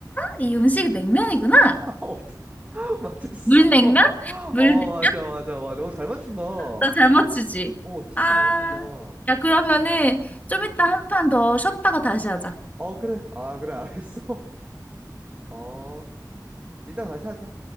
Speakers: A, on the left; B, on the right.
A: 이 음식이 냉면이구나.
B: <laughs> 어떻게 맞췄어?
A: 물냉면?
B: <laughs>
A: 물냉면?
B: 어, 맞아, 맞아, 맞아. 어, 잘 맞춘다. 어,
A: 나 잘 맞추지.
B: 진짜
A: 아,
B: 잘 맞춘다. 어.
A: 야, 그러면은 좀 이따 한 판 더 쉬었다가 다시 하자.
B: 어, 그래. 아, 그래, 알겠어. <laughs> 어, 이따 다시 하자.